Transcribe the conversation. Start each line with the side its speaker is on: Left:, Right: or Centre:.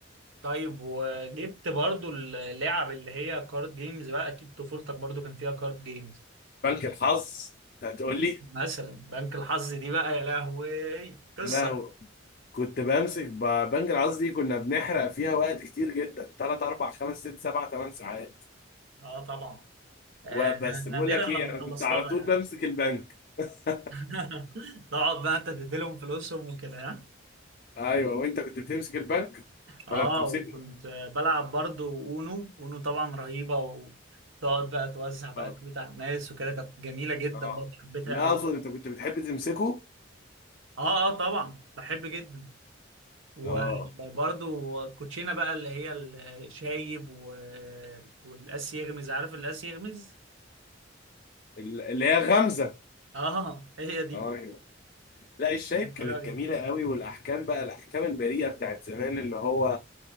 Right: طيب وجبت برضو اللعب اللي هي كارد جيمز بقى اكيد طفولتك برضو كان فيها كارد جيمز
Left: بنك الحظ انت هتقول لي
Right: مثلا بنك الحظ دي بقى يا لهوي قصة
Left: يا لهوي كنت بمسك ب- بنك الحظ دي كنا بنحرق فيها وقت كتير جدا 3 4 5 6 7 8 ساعات
Right: اه طبعا آه
Left: وبس
Right: نادرا
Left: بقول لك
Right: لما
Left: ايه انا
Right: خلصتها
Left: كنت على طول
Right: يعني
Left: بمسك البنك <laughs>
Right: <laughs> تقعد بقى انت تديلهم فلوسهم وكده ها
Left: ايوه وانت كنت بتمسك البنك
Right: اه
Left: ولا بتمسكه
Right: وكنت بلعب برضه اونو اونو طبعا رهيبة وتقعد بقى توزع بقى
Left: اه
Right: كروت على الناس وكده كانت جميلة جدا
Left: اه
Right: برضه حبيتها
Left: لا
Right: قوي
Left: اقصد انت كنت بتحب تمسكه
Right: اه اه طبعا بحب جدا وبرضه
Left: اه
Right: كوتشينة بقى اللي هي الشايب و... والقاس يغمز عارف القاس يغمز
Left: ال- اللي هي غمزه
Right: اه هي دي
Left: اه أيوة. لا الشايب كانت
Right: حلوة جدا
Left: جميله قوي والاحكام بقى الاحكام البريئه بتاعت زمان اللي هو